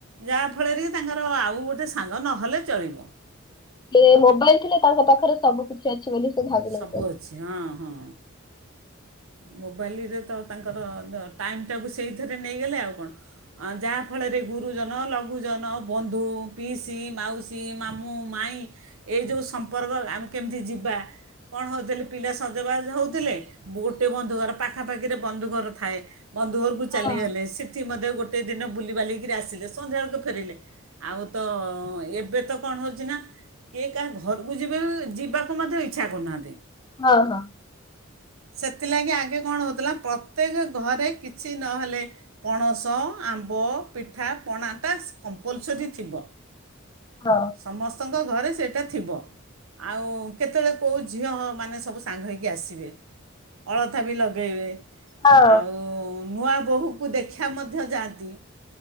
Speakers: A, on the right; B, on the left.
A: ଯାହାଫଳରେ ତାଙ୍କର ଆଉ ଗୋଟେ ସାଙ୍ଗ ନହେଲେ ଚଳିବ।
B: ଏ ମୋବାଇଲ ଥିଲେ ତାଙ୍କ ପାଖରେ ସବୁ କିିଛି ଅଛି ବୋଲି ସେ ଭାବି
A: ସବୁ
B: ନଉଛନ୍ତି।
A: ଅଛି ହଁ, ହଁ ମୋବାଇଲରେ ତ ତାଙ୍କର ଟାଇମଟାକୁ ସେଇଥିରେ ନେଇଗଲେ ଆଉ କଣ? ଆ ଯାହା ଫଳରେ ଗୁରୁଜନ, ଲଘୁଜନ, ବନ୍ଧୁ, ପିଇସି, ମାଉସୀ, ମାମୁଁ, ମାଇଁ। ଏଇ ଯୋଉଁ ସମ୍ପର୍କ ଆମେ କେମିତି ଯିବା କ'ଣ ହଉଥିଲେ ପିଲା ସଜବାଜ ହଉଥିଲେ। ଗୋଟେ ବନ୍ଧୁ ଘର ପାଖାପାଖିରେ ବନ୍ଧୁ ଘର ଥାଏ ବନ୍ଧୁ ଘରୁକୁ। ବୋଉ ଚାଲିଗଲେ
B: ହଁ
A: ସେଠି ମଧ୍ୟ ଗୋଟେ ଦିନ ବୁଲିିବାଲିକିରି ଆସିଲେ ସନ୍ଧ୍ୟାବେଳକୁ ଫେରିଲେ। ଆଉ ତ ଏବେ ତ। କ'ଣ ହଉଛି ନା କିଏ କାହା ଘରକୁ ଯିବେ ଯିବାକୁ ମଧ୍ୟ ଇଚ୍ଛା କରୁନାହାନ୍ତି।
B: ହଁ, ହଁ।
A: ସେଥିଲାଗି ଆଗେ କ'ଣ ହଉଥିଲା ପ୍ରତ୍ୟେକ ଘରେ କିଛି ନହେଲେ। ପଣସ, ଆମ୍ବ, ପିଠା ପଣାଟା କମ୍ପଲସରି ଥିବ।
B: ହଁ।
A: ସମସ୍ତଙ୍କ ଘରେ ସେଇଟା ଥିବ। ଆଉ କେତେବେଳେ କେଉଁ ଝିଅ ମାନେ ସବୁ ସାଙ୍ଗ ହେଇକି ଆସିବେ। ଅଳତା ବି ଲଗେଇବେ
B: ହଁ
A: ଆଉ ନୂଆ ବୋହୂକୁ ଦେଖିବା ମଧ୍ୟ ଯାଆନ୍ତି।